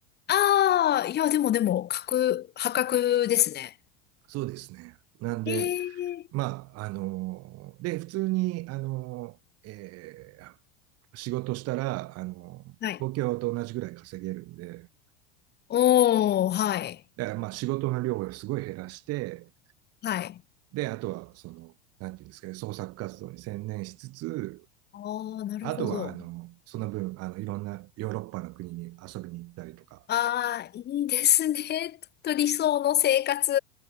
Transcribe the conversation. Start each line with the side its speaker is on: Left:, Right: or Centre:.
Left: ああー、いや、でもでも、格、破格ですね。
Right: そうですね。なんで、
Left: ええ
Right: まあ、あの、で、普通に、あの、えー仕事したら、あの、
Left: はい。
Right: 東京と同じぐらい稼げるんで、
Left: おー、はい、
Right: だからまあ仕事の量をすごい減らして、
Left: はい。
Right: で、あとは、その、なんていうんですかね、創作活動に専念しつつ、
Left: ああ、なるほど。
Right: あとは、あの、その分、あの、いろんなヨーロッパの国に遊びに行ったりとか、
Left: ああ、いいですね。<laughs> とっと理想の生活